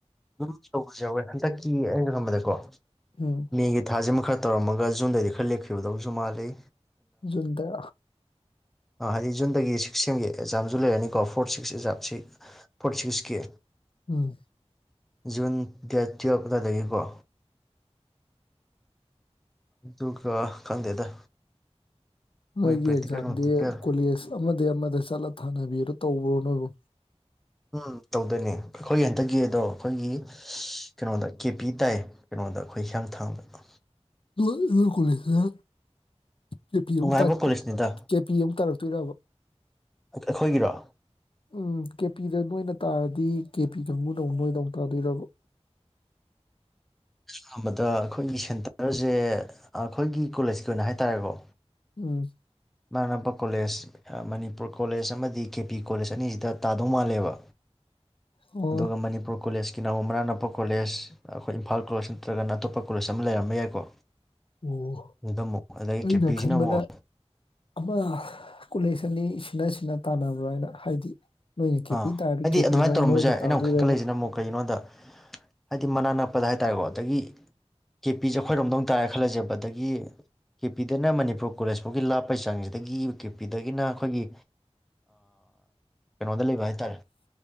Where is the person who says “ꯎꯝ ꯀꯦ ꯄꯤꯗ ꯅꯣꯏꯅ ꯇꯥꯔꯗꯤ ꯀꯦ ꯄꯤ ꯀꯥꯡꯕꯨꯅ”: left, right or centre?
Left